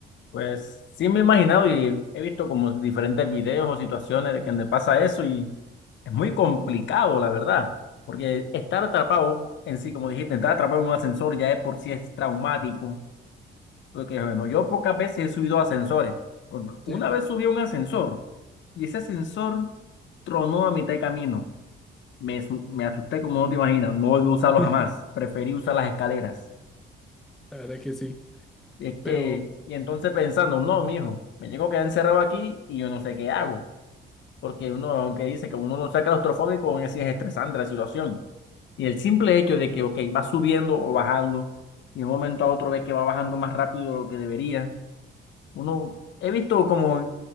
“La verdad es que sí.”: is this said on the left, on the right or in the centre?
Centre